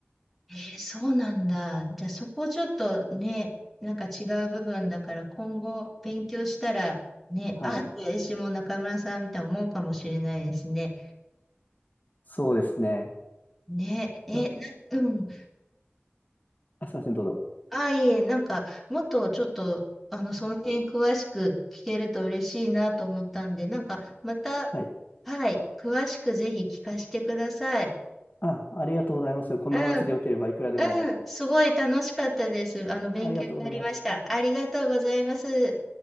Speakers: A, in the centre; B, on the left.
A: えーそうなんだ。じゃあそこちょっとね、なんか違う部分だから今後勉強したらね、
B: はい。
A: あーって私も中村さんみたいに思うかもしれないですね。
B: そうですね。
A: ね、えーな、
B: だ、
A: うん。
B: あ、すいません、どうぞ。
A: ああ、いえ、なんか、もっとちょっと、あの、その辺詳しく聞けると嬉しいなと思ったんで、なんか、また、
B: はい。
A: はい、詳しくぜひ聞かせてください。
B: あ、ありがとうございます。こんな話でよければいくらでも。
A: うん、うん、すごい楽しかったです。あの、勉強になりました。
B: ありがとうございます。
A: ありがとうございます。